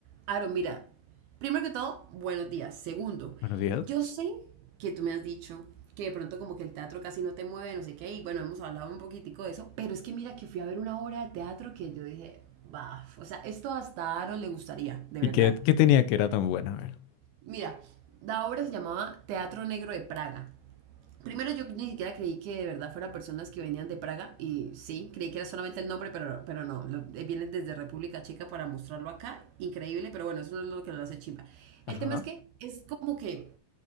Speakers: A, on the right (about 75°); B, on the left (about 80°).
A: Aaron, mira, primero que todo, buenos días. Segundo,
B: Buenos días.
A: yo sé que tú me has dicho que de pronto como que el teatro casi no te mueve, no sé qué, y bueno, hemos hablado un poquitico de eso, pero es que mira que fui a ver una obra de teatro que yo dije, baf, o sea, esto hasta a Aaron le gustaría, de
B: ¿Y
A: verdad.
B: qué, qué tenía que era tan buena? A ver.
A: Mira, la obra se llamaba Teatro Negro de Praga. Primero yo ni siquiera creí que de verdad fueran personas que venían de Praga y sí, creí que era solamente el nombre, pero, pero no, lo- eh, vienen desde República Checa para mostrarlo acá, increíble, pero bueno, eso no es lo que lo hace chimba.
B: Ajá.
A: El tema es que es como que